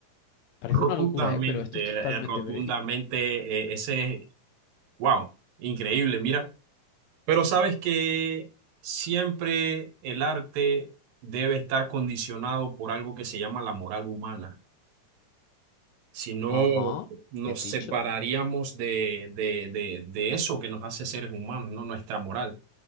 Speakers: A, on the left; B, on the right.
A: Parece
B: rotundamente,
A: una locura, ¿eh? Pero esto es totalmente
B: eh, eh, rotundamente,
A: verídico.
B: eh, ese, wow, increíble, mira. Pero sabes que siempre el arte debe estar condicionado por algo que se llama la moral humana. Si no,
A: Ajá,
B: nos
A: bien
B: separaríamos
A: dicho.
B: de, de, de, de eso que nos hace seres humanos, ¿no? Nuestra moral.